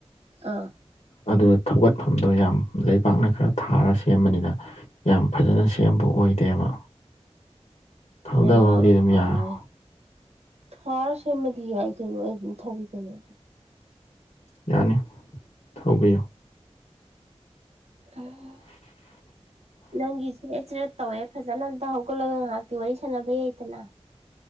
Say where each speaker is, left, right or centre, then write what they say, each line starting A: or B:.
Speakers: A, on the right; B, on the left.
A: ꯑꯥ
B: ꯑꯗꯨꯅ ꯊꯧꯒꯠꯐꯝꯗꯣ ꯌꯥꯝ ꯂꯩꯕꯥꯛꯅ ꯈꯔꯥ ꯊꯥꯔ ꯁꯦꯝꯕꯅꯤꯅꯥ ꯌꯥꯝ ꯐꯖꯅ ꯁꯦꯝꯕ ꯑꯣꯏ ꯑꯣꯏꯗꯦꯕ ꯊꯧꯗꯕꯕꯨꯗꯤ
A: ꯂꯩꯕꯥꯛꯅ
B: ꯑꯗꯨꯝ
A: ꯊꯥꯔꯒꯥ
B: ꯌꯥ
A: ꯊꯥꯔꯥ ꯁꯦꯝꯃꯗꯤ ꯌꯥꯏ ꯀꯩꯅꯣ ꯑꯩꯁꯨ ꯑꯗꯨꯝ ꯊꯧꯋꯤ ꯀꯩꯅꯣ
B: ꯌꯥꯅꯤ ꯊꯧꯕꯤꯌꯨ
A: ꯑꯥ ꯅꯪꯒꯤ ꯆꯦꯔꯦꯠ ꯆꯦꯔꯦꯠ ꯇꯧꯋꯦ ꯐꯖꯅꯥ ꯑꯝꯇ ꯍꯧꯒꯠꯂꯒ ꯉꯥꯏꯍꯥꯛꯇꯤ ꯋꯥꯔꯤ ꯁꯥꯟꯅꯕ ꯌꯥꯏꯗꯅꯥ